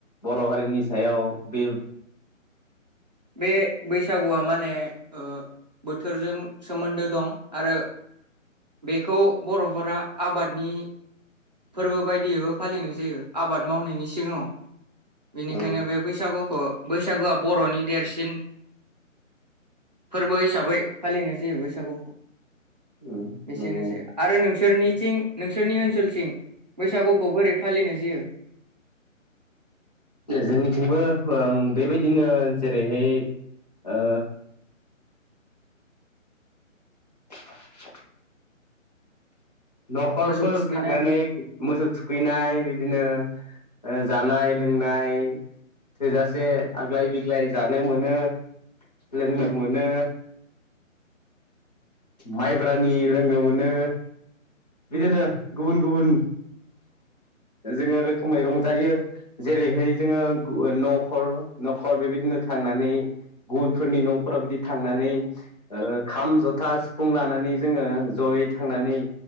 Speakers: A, on the left; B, on the right.
A: बर' हारिनि सायाव बे
B: बे बैसागुआ माने ओ बोथोरजों सोमोन्दो दं आरो बेखौ बर'फोरा आबादनि फोरबो बायदियैबो फालिनाय जायो आबाद मावनायनि सिगाङाव। बेनिखायनो
A: औ
B: बे बैसागु खो बैसागोआ बर'नि देरसि न फोरबो हिसाबै फालिनाय जायो बैसागुखौ।
A: उम
B: बेसेनोसै
A: नंगौ
B: आरो नोंस सोरनिथिं नोंसोरनि ओनसोलथिं बैसागुखौ बोरै फालिनाय जायो?
A: जोंनिथिंबो ओं बेबायदिनो जेरैहाय ओ <inaudible> न'खरफोर
B: मोसौ थुखैनाय
A: थांनानै मोसौ थुखैनाय बिदिनो ओ जानाय लोंनाय थोजासे आग्लाय-बिग्लाय जानो मोनो लोंनो मोनो। माइब्रानि लोंनो मोनो बिदिनो गुबुन-गुबुन जोङो रोखोमै रंजायो। जेरैहाय जोङो न'खर-न'खर बेबायदिनो थांनानै गुबुनफोरनि न'फोराव बिदि थांनानै ओ खाम, जथा, सिफुं लानानै जोङो जयै थांनानै